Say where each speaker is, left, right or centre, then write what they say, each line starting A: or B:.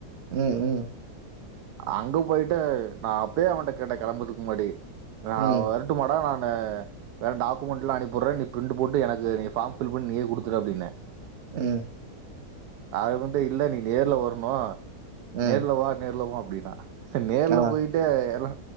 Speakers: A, on the right; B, on the right.
A: ம் ம்
B: அங்க போய்ட்டு நான் அப்பயே அவன்கிட்ட கேட்டே கிளம்புதுக்கு முன்னாடி நா
A: ம்,
B: வரட் ட்டுமாடா நானு வேற டாக்குமென்ட் எல்லாம் அனுப்பிடுறே நீ பிரிண்ட் போட்டு எனக்கு நீ ஃபார்ம் பில் பண்ணி நீயே குடுத்துடு அப்டின்னே
A: ம்
B: அது வந்து இல்ல நீ நேர்ல வரணு
A: ம்.
B: நேர்ல வா நேர்ல வா அப்டிதா சரி நேர்ல
A: ஆ,
B: போயிட்டு எல்லா